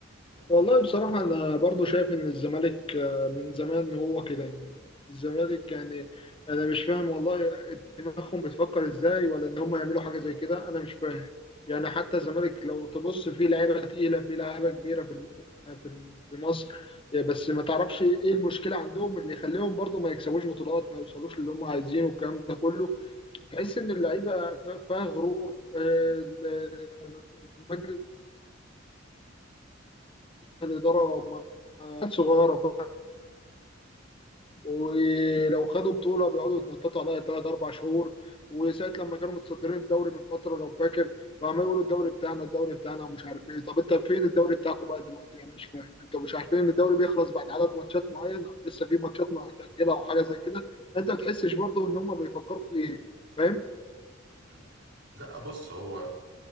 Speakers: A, on the right; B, on the left.
A: واخد بالك؟
B: والله بصراحة أنا برضو شايف إن الزمالك آه، من زمان هو كده يعني الزمالك يعني أنا مش فاهم والله دماغهم بتفكر إزاي ولا إن هم يعملوا حاجة زي كده أنا مش فاهم يعني حتى الزمالك لو تبص فيه لعيبة تقيلة فيه لعيبة كبيرة في الم- في الم- في مصر يا بس ما تعرفش إيه المشكلة عندهم اللي يخليهم برضو ما يكسبوش بطولات ما يوصلوش للي هم عايزينه والكلام ده كله تحس إن اللعيبة ف- فيها غرور آه، ال- مجلس الإدارة ما- صغيرة ولو خدوا بطوله بيقعدوا يتنططوا عليها ثلاث اربع شهور وساعه لما كانوا متصدرين الدوري من فتره لو فاكر فعمالين يقولوا الدوري بتاعنا الدوري بتاعنا ومش عارف ايه طب انت فين الدوري بتاعكم بقى دلوقتي انا مش فاهم انتوا مش عارفين ان الدوري بيخلص بعد عدد ماتشات معين او لسه في ماتشات ما هتاجلها او حاجه زي كده انت ما بتحسش برضه ان هم بيفكروا في ايه فاهم
A: مم. لا بص هو